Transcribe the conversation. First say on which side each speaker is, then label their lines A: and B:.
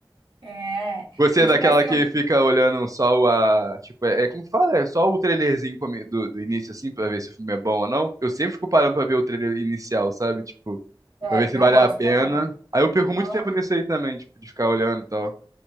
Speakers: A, on the right; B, on the right.
A: é.
B: Você
A: E
B: é
A: tipo
B: daquela
A: assim,
B: que fica olhando só o, a. Tipo, é, é como que fala? É só o trailerzinho come- do, do início, assim, pra ver se o filme é bom ou não. Eu sempre fico parando pra ver o trailer inicial, sabe? Tipo,
A: é,
B: pra ver se vale
A: eu gosto
B: a pena.
A: também.
B: Aí eu perco
A: Ah.
B: muito tempo nisso aí também, tipo, de ficar olhando e tal.